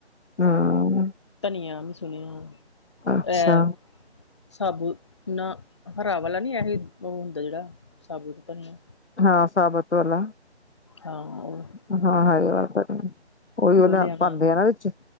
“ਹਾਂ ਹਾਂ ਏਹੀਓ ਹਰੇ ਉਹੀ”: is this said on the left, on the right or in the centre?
Left